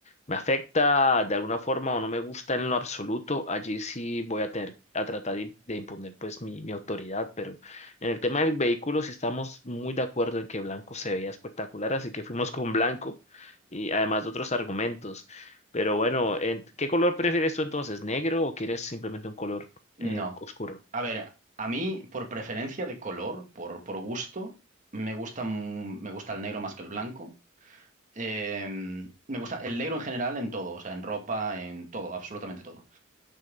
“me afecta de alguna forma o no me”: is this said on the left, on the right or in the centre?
Left